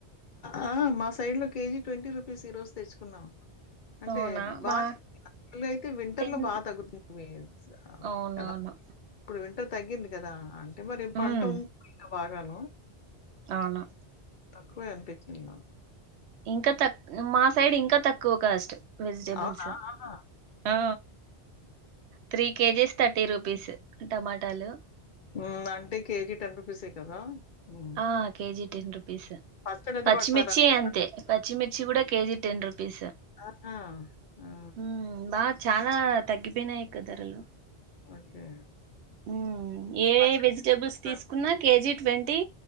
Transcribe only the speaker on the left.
ఆ మా సైడ్ లో కేజీ ట్వంటీ రూపీస్ ఈ రోజు తెచ్చుకున్నాం అంటే
బాగా
అయితే వింటర్
లో బాగా తగ్గుతుంది
కదా ఇప్పుడు వింటర్ తగ్గింది కదా అంటే మరి పంట
ఉంది బాగాను
క్కువె అనిపించింది నాకు
అవునా? ఆహా!
ఉమ్ అంటే కేజీ టెన్ రుపీస్ ఏ కదా హ్మ్.
పచ్చడి అది
పెడతారా టమాటా
కూడా?
ఆహా! ఆహా! ఆ!
ఓకే.
పచ్చడి
పెడతారు
కదా!